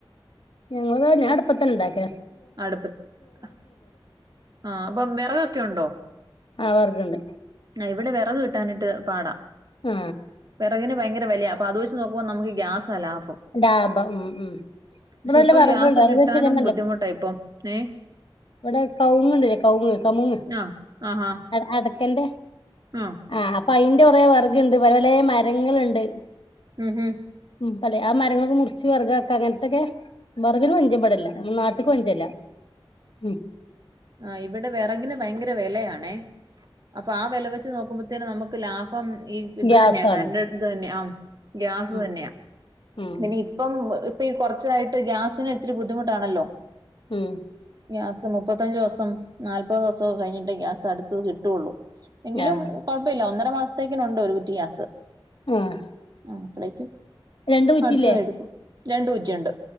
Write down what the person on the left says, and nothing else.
ഞങ്ങളത് ഞാൻ അടുപ്പത്ത ഇണ്ടാക്ക.
ആ വർക്ണ്ട്.
ആ.
ഡാഭം മ് മ്
ഇവിടെ നല്ല
വെറെക്ണ്ട്,
ഒരീച്ച
നാപറഞ്ഞില്ലേ
ഇവിടെ കൗങ്ങ്ണ്ട് കൗങ്ങ് കമുങ്ങ്
അട അടെ ക്കെന്റെ
ആ അപ്പ അയിന്റെ കുറേ വെറക്ണ്ട് പല പലേ മരങ്ങള്ണ്ട്.
മ്. അല്ലെ ആ മരങ്ങളൊക്ക മുറിച്ച് വെറകാക്ക അങ്ങൻത്തെക്കെ വെറ കിന് പഞ്ചം ഇവിടെല്ല. നമ്മ നാട്ട്ക്ക് പഞ്ചല്ല. മ്
ഗ്യാസാണ്
ഉം
ഉം
ഉം
ആഹ്
ആഹ്
രണ്ട് കുറ്റില്ലേ